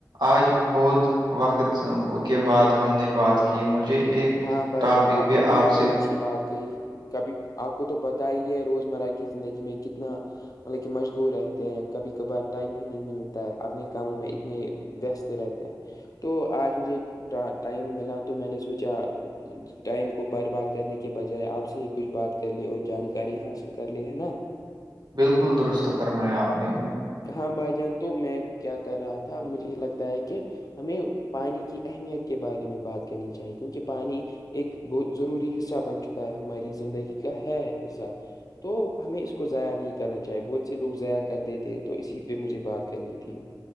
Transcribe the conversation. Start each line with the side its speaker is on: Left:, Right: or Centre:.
Right: آج بت وقت کے بعد ہم نے بات کی مجھے ایک
Left: ہاں بھائی
Right: ٹاپک
Left: جان
Right: پہ
Left: نے بالکل
Right: آپ سے
Left: اچھی بات کہئی کبھی آپ کو تو پتا ہی ہے روزمرہ کی زندگی میں کتنا مطلب کہ مشغور رہتے ہیں کبھی کبھار ٹائم ہی نہیں ملتا ہے اپنے کاموں میں اتنے وست رہتے ہیں تو آج مجھے ٹائم ملا تو میں نے سوچا ٹائم کو برباد کرنے کے بجائے آپ سے ہی کچھ بات کر لے اور جانکاری حاصل کر لے ہے نا
Right: بالکل درست فرمایا آپ نے
Left: ہاں بھائی جان تو میں کیا کر رہا تھا مجھے لگتا ہے کہ ہمیں پانی کی اہمیت کے بارے میں بات کرنی چاہیے کیونکہ پانی ایک ضروری حصہ بن چکا ہے ہماری زندگی کا ہے حصہ تو ہمیں اس کو ضائع نہیں کرنا چاہیے بہت سے لوگ ضاع کر دیتے تو اسی پہ مجھے بات کرنی تھی